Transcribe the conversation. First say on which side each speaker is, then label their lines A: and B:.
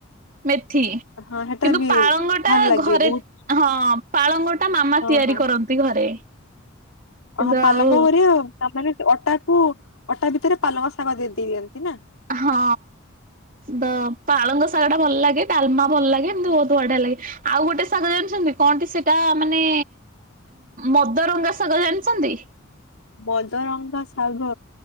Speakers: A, on the right; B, on the left.
A: ମେଥି।
B: ହଁ ହେଟା
A: କିନ୍ତୁ
B: ବି
A: ପାଳଙ୍ଗ
B: ଭଲ
A: ଟା
B: ଲାଗେ
A: ଘରେ
B: ବହୁତ
A: ହଁ ପାଳଙ୍ଗ ଟା ମାମା
B: ହଁ
A: ତିଆରି
B: ହଁ
A: କରନ୍ତି। ଘରେ। କିନ୍ତୁ
B: ହଁ ପାଲଙ୍ଗ
A: ଆଉ
B: କରି ତାମାନେ ଅଟା କୁ ଅଟା ଭିତରେ ପାଲଙ୍ଗ ଶାଗ ଦେଇ ଦେଇ ଦିଅନ୍ତି ନା।
A: ହଁ ତ ପାଳଙ୍ଗ ଶାଗ ଟା ଭଲ ଲାଗେ ଡାଲମା ଭଲ ଲାଗେ ଏମତି ବହୁତ ବଢିଆ ଲାଗେ। ଆଉ ଗୋଟେ ସାଗ ଜାଣିଛନ୍ତି କଣଟି ସେଇଟା ମାନେ ମଦରଙ୍ଗା ଶାଗ ଜାଣିଛନ୍ତି?
B: ମଦରଙ୍କା ଶାଗ